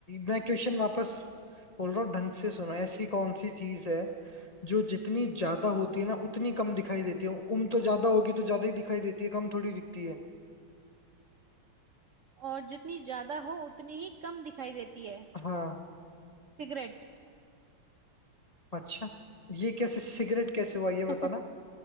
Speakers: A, on the left; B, on the right.
A: मैं क्वेश्चन वापस बोल रहा हूँ ढंग से सुनो ऐसी कौन सी चीज है जो जितनी ज्यादा होती है ना उतनी कम दिखाई देती है उम्र तो ज्यादा होगी तो ज्यादा ही दिखाई देती है कम थोड़ी दिखती है
B: और जितनी ज्यादा हो उतनी ही कम दिखाई देती है
A: हाँ
B: सिगरेट
A: अच्छा ये कैसे सिगरेट कैसे हुआ ये
B: <laughs>
A: बताना